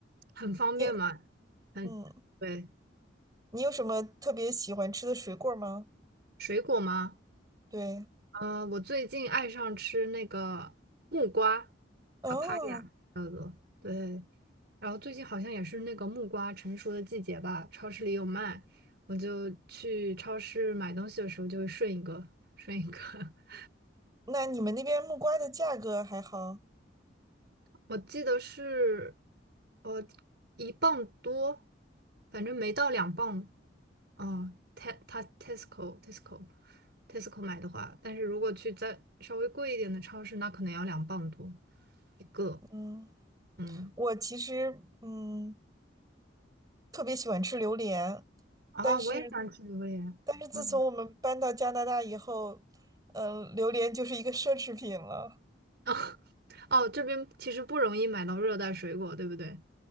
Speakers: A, on the right (about 60°); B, on the right (about 20°).
A: 很方便嘛，
B: 你，
A: 很，
B: 嗯，
A: 对，
B: 你有什么特别喜欢吃的水果吗？
A: 水果吗？
B: 对，
A: 嗯，我最近爱上吃那个木瓜
B: 哦，
A: ，papaya，对，然后最近好像也是那个木瓜成熟的季节吧，超市里有卖，我就去超市买东西的时候就会顺一个，顺一个。<laughs>
B: 那你们那边木瓜的价格还好？
A: 我记得是，呃，一磅多，反正没到两磅。嗯，它它 Tesco Tesco Tesco 买的话，但是如果去再稍微贵一点的超市，那可能要两磅多一个。
B: 嗯，
A: 嗯，
B: 我其实，嗯。特别喜欢吃榴莲，
A: 啊，
B: 但是
A: 我也喜欢吃榴莲。
B: 但是自从我们搬到加拿大以后，
A: 嗯，
B: 嗯、榴莲就是一个奢侈品了。
A: <laughs> 哦，这边其实不容易买到热带水果，对不对？